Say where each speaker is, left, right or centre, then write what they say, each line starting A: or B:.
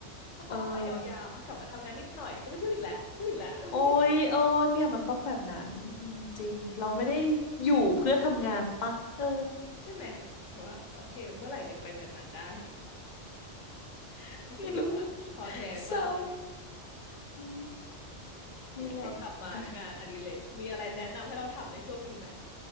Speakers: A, on the left; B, on the left.
A: แล้วเขาก็ไปยาวๆอะกลับมาทำงานนิดหน่อยก็ไปเที่ยวอีกแล้วเที่ยวอีกแล้วแล้วคุยา
B: เออ โอ้ยเออเนี่ย
A: เลย
B: มันต้องแบบนั้นอืมจริง เราไม่ได้อยู่เพื่อทำงานปะ เออ
A: ใช่ไหมแต่ว่าโอเคเมื่อไหร่จะไปแบบนั้นได้ <laughs> รู้สึกแบบว่าท้อแท้มากตอนนี้
B: ไม่รู้เศร้าอืมนี่แหละอ่ะ
A: เรากลับมางานอดิเรกมีอะไรแนะนำให้เราทำในช่วงนี้ไหม